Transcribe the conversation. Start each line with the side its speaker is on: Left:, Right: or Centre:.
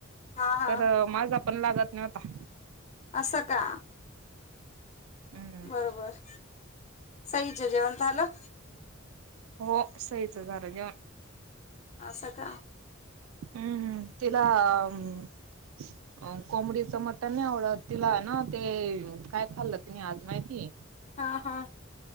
Left: हा हा
Right: तरऽऽ माझा पण लागत नव्हता.
Left: असं का?
Right: हम्म.
Left: बर, बर,, सईच जेवणं झालंऽ
Right: हो,, सहीच झालं जेवण.
Left: असं का!
Right: हम्म हम् तिला अंऽऽ अं कोबडीचं मटन नाही आवडत, तिला ना, ते काय खाल्लं तिने आज माहितीय?
Left: हा, हा.